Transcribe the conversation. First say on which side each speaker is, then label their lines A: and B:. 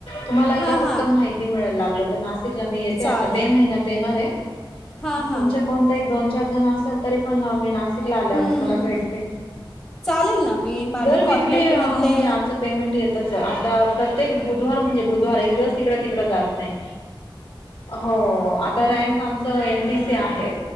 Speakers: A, on the left; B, on the left.
A: तुम्हाला एकदा
B: हां
A: फक्त
B: हां
A: माहिती मिळेल लागलं त नासिकला मी येते
B: चालेल
A: आता, मे महिन्यात येणार हे!
B: हां
A: मग
B: हां
A: तुमचे कोणत एक दोन चार जण असेल तरी पण मी नासिकला आल्यावर
B: हम्म
A: तुम्हाला भेटते.
B: चालेल ना मी माझ्या
A: दर विकली
B: कॉन्टॅक्टमधले
A: अ म्हणजे आमच पेमेंट येतच आता! प्रत्येक बुधवार म्हणजे बुधवार एक दिवस इकडं तिकडं जात नाही. हो आता रँक आमचं एन टी सी आहे!